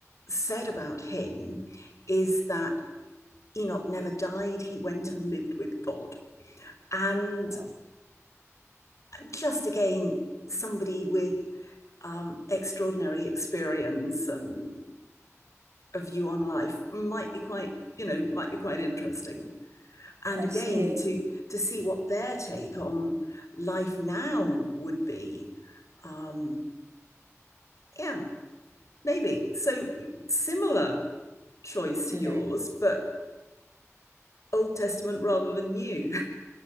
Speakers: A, on the left (about 65°); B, on the right (about 60°).
A: said about him is that Enoch never died, he went and lived with God. And
B: Wow.
A: just again, somebody with um, extraordinary experience and a view on life might be quite, you know, might be quite interesting. and
B: I
A: again
B: see.
A: to to see what their take on life now would be um yeah maybe so similar choice to
B: Mm-hmm.
A: yours but old testament rather than new